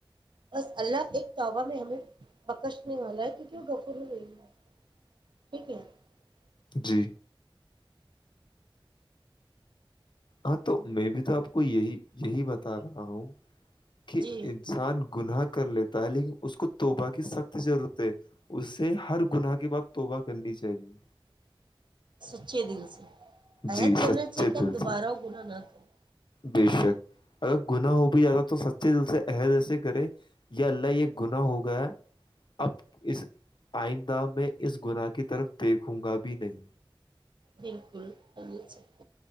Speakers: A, on the right (about 55°); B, on the left (about 55°).
A: بس اللہ ایک توبہ میں ہمیں بکشنے والا ہے کیونکہ وہ غفل ہو گی ہے ٹھیک ہے <unintelligible>
B: جی ہاں تو میں بھی تو آپ کو یہی یہی بتا رہا ہوں کہ
A: جی
B: انسان گناہ کا کر لیتا ہے لیکن اس کو توبہ کی سخت ضرورت ہے اس سے ہر گناہ کے بعد توبہ کرنی چاہیے
A: سچے دل سے <unintelligible> عہد
B: جی
A: کرنا
B: سچے
A: چاہیے کہ ہم
B: دل
A: دوبارہ
B: سے
A: گنااہ نہ کریں <unintelligible>
B: بے شک اگر گنااہ ہو بھی جاتا تو سچے دل سے عہد ایسے کرے یا اللہ یہ گنااہ ہو گیا اب اس آئندہ میں اس گناہ کی طرف دیکھوں گا بھی نہیں
A: بالکل س <unintelligible>